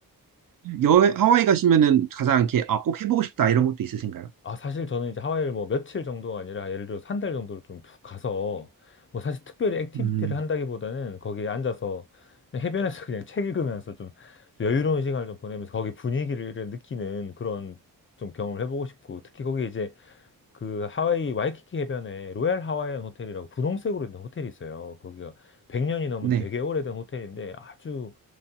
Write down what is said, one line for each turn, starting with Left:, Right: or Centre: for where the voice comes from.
Right: 여, 하와이 가시면은 가장 이렇게 아, 꼭 해보고 싶다 이런 것도 있으신가요?
Left: 아, 사실 저는 이제 하와이를 뭐 며칠 정도가 아니라 예를 들어서 한 달 정도를 좀 푹 가서 뭐 사실 특별히 액티비티를
Right: 음,
Left: 한다기보다는 거기에 앉아서 그냥 해변에서 <laughs> 그냥 책 읽으면서 좀 여유로운 시간을 좀 보내면서 거기 분위기를 느끼는 그런 좀 경험을 해보고 싶고 특히 거기 이제 그 하와이 와이키키 해변에 로얄 하와이안 호텔이라고 분홍색으로 된 호텔이 있어요. 거기가 100년이 넘은
Right: 네,
Left: 되게 오래된 호텔인데 아주